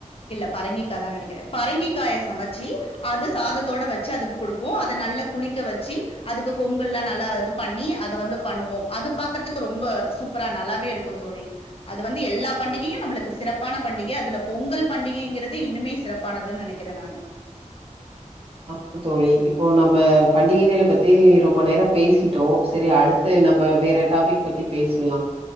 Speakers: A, on the left; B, on the right.
A: இல்ல பரங்கிக்காதா நெனைக்கிறே பரங்கிக்காய சமச்சு அத சாதத்தோட வச்சு அதுக்கு குடுப்போ அத நல்லா குளிக்க வச்சு அதுக்கு கொம்பு எல்லா நல்லா இது பண்ணி அத வந்து பண்ணுவோ அது பாக்குறதுக்கு ரொம்ப சூப்பரா நல்லாவே இருக்கு தோழி அது வந்து எல்லா பண்டிகையு நம்மளுக்கு சிறப்பான பண்டிகை அதுல பொங்கல் பண்டிகைங்கிறது இன்னுமே சிறப் ப்பானது நெனைக்கிறே நானு
B: அப்ப தோழி இப்போ நம்ப பண்டிகைகளை பத்தி ரொம்ப நேர பேசிட்டோ சேரி அடுத்து நம்ம வேற டாபிக் பத்தி பேசலா